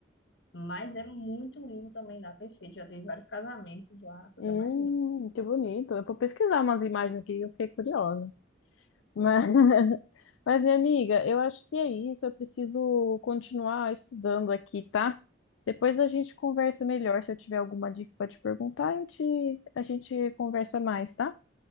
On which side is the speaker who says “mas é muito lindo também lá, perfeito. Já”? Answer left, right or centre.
Left